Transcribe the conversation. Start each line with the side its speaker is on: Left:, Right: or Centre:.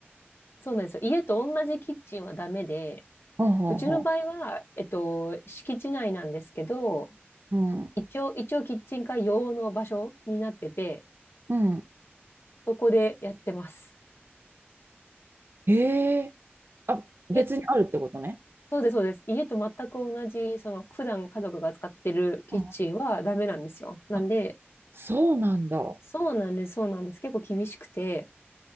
Left: そうなんですよ。家と同じキッチンはダメで、
Right: はんはんはん。
Left: うちの場合は、えっと、敷地内なんですけど、
Right: うん、
Left: 一応、一応、キッチンカー用の場所になってて、
Right: うん。
Left: そこでやってます。
Right: ええあ、別にあるってことね。
Left: いそうです、そうです。家と全く同じ、その、普段家族が使ってるキッチンはダメなんですよ。
Right: うん
Left: なんで、
Right: あ、そうなんだ。
Left: そうなんです、そうなんです。結構厳しくて。